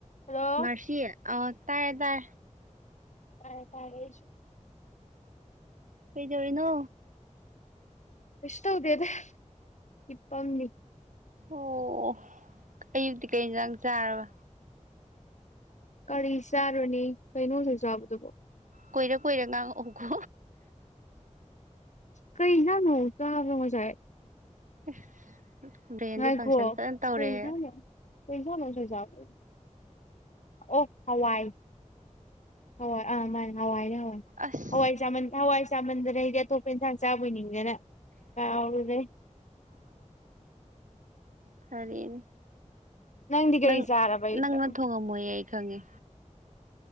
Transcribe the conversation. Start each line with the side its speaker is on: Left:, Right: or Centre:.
Left: hello
Right: ꯃꯔꯁꯤ ꯑꯣ ꯇꯥꯏ ꯇꯥꯏ
Left: ꯇꯥ:ꯦ ꯇꯥꯔꯦ ꯑꯩꯁꯨ
Right: ꯀꯩꯗꯧꯔꯤꯅꯣ
Left: ꯀꯩꯁꯨ ꯇꯧꯗꯦꯗ ꯍꯤꯞꯄꯝꯃꯤ
Right: ꯑꯣ ꯑꯌꯨꯛꯇꯤ ꯀꯩ ꯑꯦꯟꯖꯥꯡ ꯆꯥꯔꯕ
Left: ꯀꯔꯤ ꯆꯥꯔꯨꯅꯤ ꯀꯩꯅꯣꯗ ꯆꯥꯕꯗꯨꯕꯣ
Right: ꯀꯣꯏꯔ ꯀꯣꯏꯏꯔ ꯉꯥꯡꯉꯛꯑꯣꯎꯀꯣ
Left: ꯀꯩ ꯉꯅ ꯆ ꯃꯖꯥ
Right: <unintelligible> ꯕ꯭ꯔꯦꯟꯗꯤ
Left: ꯉꯥꯏꯒꯣ
Right: ꯐꯪꯁꯟ ꯐꯖꯅ ꯇꯧꯔꯦ
Left: ꯀꯩꯖꯅꯣ ꯀꯩꯁꯅꯣꯁꯨ ꯌꯥꯕ ꯑꯣ ꯍꯋꯥꯏ ꯍꯋꯥꯏ ꯑꯥ ꯃꯥꯅꯦ ꯍꯋꯥꯏꯅꯦ
Right: ꯑꯁ
Left: ꯍꯋꯥꯏꯃ ꯍꯋꯥꯏ ꯆꯥꯃꯟꯗꯅ ꯍꯥꯏꯗꯤ ꯑꯇꯣꯞꯄ ꯏꯟꯁꯥꯡ ꯆꯥꯕ ꯑꯣꯏ ꯅꯤꯡꯗꯅ ꯀꯔꯨꯔꯦ
Right: ꯐꯔꯅꯦ
Left: ꯅꯪꯗꯤ ꯀꯔꯤ
Right: ꯅꯪ
Left: ꯆꯥꯔꯕ ꯑꯌꯨꯛꯇ
Right: ꯅꯪꯅ ꯊꯣꯡꯉꯝꯃꯣꯏ ꯑꯩ ꯈꯪꯉꯦ